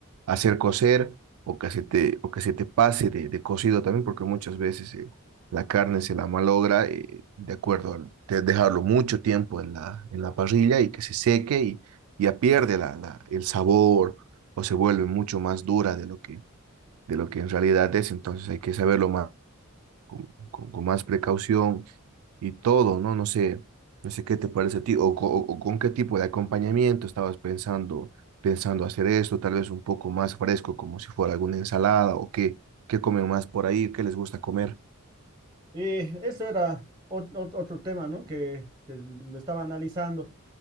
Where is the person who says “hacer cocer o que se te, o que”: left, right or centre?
Right